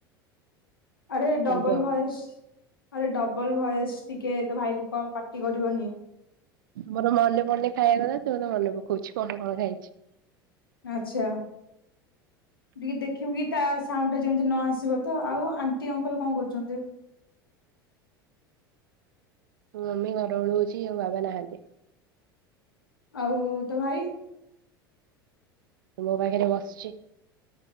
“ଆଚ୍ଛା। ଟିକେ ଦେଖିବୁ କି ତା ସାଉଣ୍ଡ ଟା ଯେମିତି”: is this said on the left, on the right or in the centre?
Left